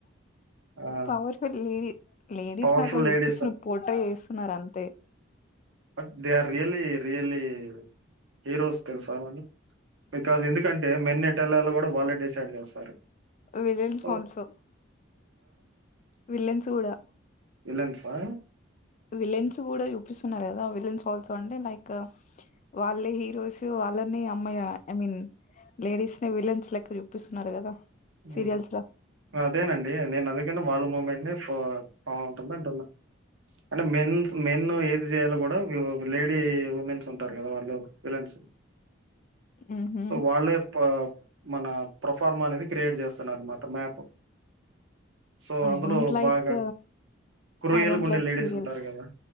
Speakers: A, on the right; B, on the left.
A: ఆ!
B: పవర్ ఫుల్ లేడీస్ లేడీస్
A: పవర్‌ఫుల్
B: ని అట్లా చూపిస్తూ
A: లేడీస్
B: పొ వంట వేస్తున్నారు అంతే
A: ట్ they are really really heroes తెలుసా వాళ్లు బికాజ్ ఎందుకంటే మెన్నెటెల్లల కూడా వాళ్ళే డిసైడ్ చేస్తారు
B: విలన్స్ఆల్సోసో
A: సో
B: విలన్స్ కూడా
A: విలన్సా
B: విలన్స్ కూడా చూపిస్తున్నారు కదా విలన్స్ ఆల్సో అంటే లైక్ వాళ్ళే హీరోస్ వాళ్ళని అమ్మాయి ఐ మీన్ లేడీస్ ని విలెన్స్ లెక్క చూపిస్తున్నారు కదా
A: ఉ
B: సీరియల్స్ లో
A: అదేనండి నేను అందుకన్నా వాళ్ళ మూమెంట్ ఫోర్ బాగుంటుంది అంటున్నా అంటే మెన్ ఏది చేయాలో కూడా లేడీ ఉమెన్స్ ఉంటారు కదా వాళ్ళు విలన్స్
B: ఉహు
A: సో వాళ్ళే నా మన ప్రొఫార్మ్ అనేది క్రియేట్ చేస్తున్నారు అనమాట మ్యాప్ సో
B: ఐ
A: అందులో
B: డోంట్ లైక్
A: బాగా కృయల్
B: ఐ డోంట్
A: గా గుండే
B: లైక్
A: లేడీస్
B: సీరియల్స్
A: ఉంటారు కదా